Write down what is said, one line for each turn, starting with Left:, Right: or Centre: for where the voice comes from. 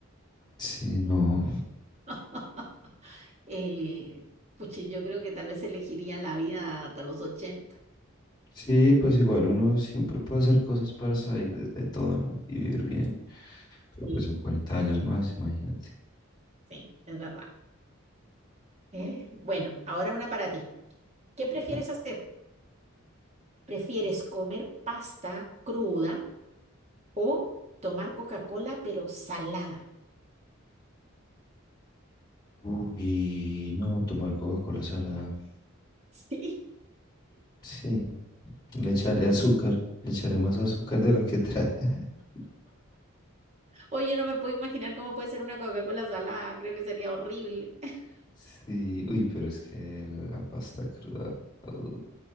Left: sí, no.
Right: <laughs> Eh, puchi, yo creo que tal vez elegiría la vida hasta los 80.
Left: Sí, pues igual uno siempre puede hacer cosas para salir de, de todo, ¿no? Y vivir bien. Pero
Right: Sí,
Left: pues son cuarenta años más, imagínate.
Right: sí, es verdad. Eh, bueno, ahora una para ti. ¿Qué prefieres
Left: Dale.
Right: hacer? ¿Prefieres comer pasta cruda o tomar Coca-Cola pero salada? <laughs>
Left: Uy, no, tomar Coca-Cola salada.
Right: Sí.
Left: Sí, Le echaré azúcar, le echaré más azúcar de la que trae. <laughs>
Right: Oye, no me puedo imaginar cómo puede ser una Coca-Cola salada. Creo que sería horrible. <laughs>
Left: Sí, uy, pero es que la pasta cruda. uh,